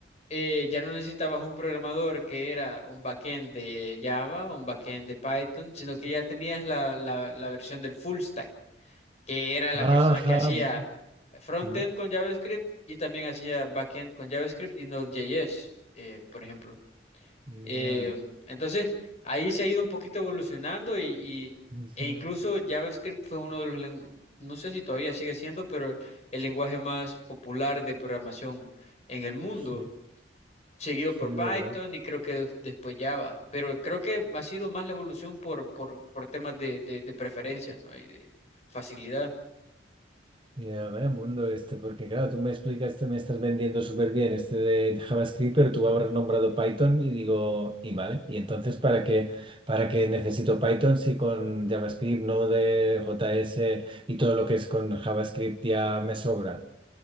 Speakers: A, on the left; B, on the right.
A: eh, ya no necesitabas un programador que era un backend de Java, un backend de Python, sino que ya tenías la, la, la versión del full stack, que era la persona
B: Ajá.
A: que hacía frontend
B: Mm,
A: con JavaScript y también hacía backend con JavaScript y Node.js, eh, por ejemplo.
B: Ya.
A: Eh, entonces, ahí se ha ido un poquito evolucionando y, y-
B: Ujú.
A: e incluso JavaScript fue uno de los, len- no sé si todavía sigue siendo, pero el lenguaje más popular de programación en el mundo,
B: Sí,
A: seguido
B: sí,
A: por Python
B: ¿verdad?
A: y creo que des- después Java, pero creo que ha sido más la evolución por, por, por temas de, de, de preferencias, ¿no? Y de facilidad.
B: Ya, vaya mundo este, porque claro, tú me explicas, te me estás vendiendo súper bien este de JavaScript, pero tú habrás nombrado Python y digo, y vale, y entonces ¿para qué, para qué necesito Python si con JavaScript, Node, JS y todo lo que es con JavaScript ya me sobra?